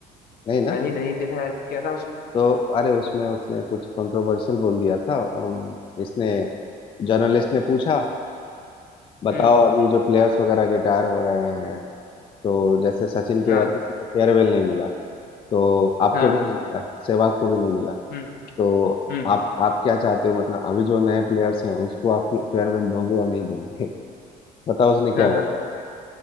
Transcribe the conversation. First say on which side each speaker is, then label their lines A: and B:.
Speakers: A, on the left (about 30°); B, on the left (about 65°).
A: नहीं ना
B: नहीं नहीं देखा यार क्या था उसमें
A: तो अरे उसमें उसने कुछ कंट्रोवर्शियल बोल दिया था अम, इसने जर्नलिस्ट ने पूछा बताओ
B: हम्म
A: अभी जो प्लेयर्स वगैरह रिटायर हो रहे हैं तो जैसे सचिन के
B: हाँ
A: बाद किसी को फेयरवेल नहीं मिला तो आपको
B: हाँ
A: भी
B: हाँ,
A: नहीं मिला सहवाग को भी नहीं मिला
B: हम्म
A: तो
B: हम्म
A: आप आप क्या चाहते हो मतलब अभी जो नए प्लेयर्स हैं उसको आप फेयरवेल दोगे या नहीं दोगे <laughs> बताओ उसने क्या
B: हाँ
A: बोला
B: हाँ
A: होगा